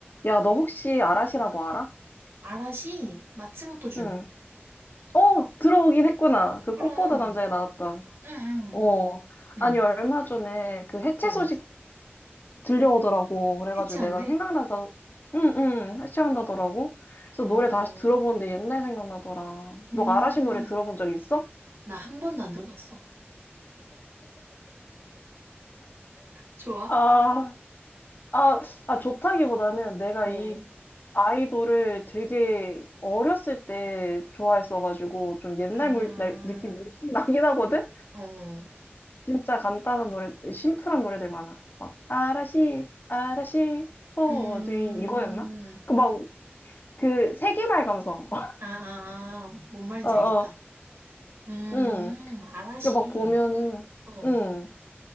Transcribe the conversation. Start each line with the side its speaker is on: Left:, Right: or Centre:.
Left: 야, 너 혹시 아라시라고 알아?
Right: 아라시 마츠모토준.
Left: 응. 어, 들어보긴 했구나. 그
Right: 그럼.
Left: 꽃보다 남자에 나왔던.
Right: 응, 응,
Left: 어.
Right: 응.
Left: 아니, 얼마 전에 그 해체
Right: 어.
Left: 소식 들려오더라고. 그래가지고
Right: 해체한대?
Left: 내가 생각나서, 응, 응, 해체한다더라고. 그래서
Right: 어,
Left: 노래 다시 들어보는데 옛날 생각나더라.
Right: 음.
Left: 너 아라시 노래 들어본 적 있어?
Right: 나 한 번도 안 들어봤어. 좋아?
Left: 아, 아, 아, 좋다기보다는 내가
Right: 어.
Left: 이 아이돌을 되게 어렸을 때 좋아했어가지고 좀 옛날
Right: 아,
Left: 물, 날, 느낌 물씬 나긴 하거든?
Right: 어, 어.
Left: 진짜 간단한 노래, 심플한 노래들 많아. 막, 아라시, 아라시, 포지,
Right: 음.
Left: 이거였나? 그 막, 그 세기말 감성. <laughs>
Right: 아, 아, 아. 뭔 말인지
Left: 어, 어,
Right: 알겠다. 음,
Left: 응.
Right: 아라시.
Left: 그 막 보면은,
Right: 어,
Left: 응.